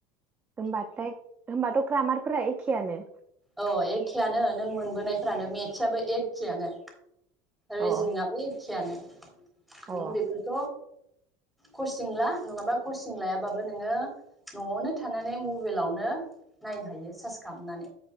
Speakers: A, on the right (about 15°); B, in the centre.
A: होमबाथाय होमबाथ ग्रामारफोरा एखेयानो
B: औ एखेआनो नों मोनबोनायफ्रानो मेटसयाबो एखेयानो रिजिनिं
A: अ
B: आबो एखेयानो
A: अ
B: नों बेफोरथ कचिं ला नंङाबा कचिं लायाबाबो नोङो नआवनो थानानै मबाइलावनो नायनो हायो सार्च खालामनानै